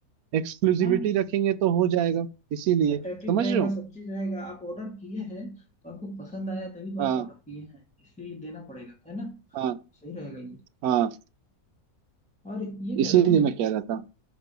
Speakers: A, on the right; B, in the centre.
A: एक्सक्लूसिविटी
B: हाँ
A: रखेंगे तो हो जाएगा इसीलिए
B: अट्रैक्टिव
A: समझ
B: रहेगा
A: रहे हो
B: सब चीज रहेगा आप ऑर्डर किए हैं तो आपको पसंद आया तभी तो
A: हाँ
B: आप ऑर्डर किए हैं इसलिए ये देना पड़ेगा है ना
A: हाँ
B: सही रहेगा ये
A: हाँ
B: और ये कह
A: इसीलिए
B: रहा हूँ
A: मैं कह रहा था